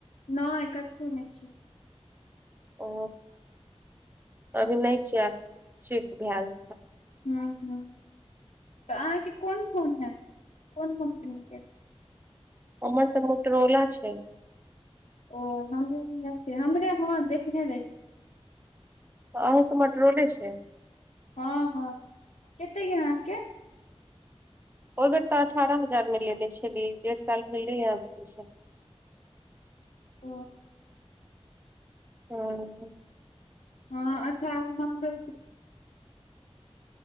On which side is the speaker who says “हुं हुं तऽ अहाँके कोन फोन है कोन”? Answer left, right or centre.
Left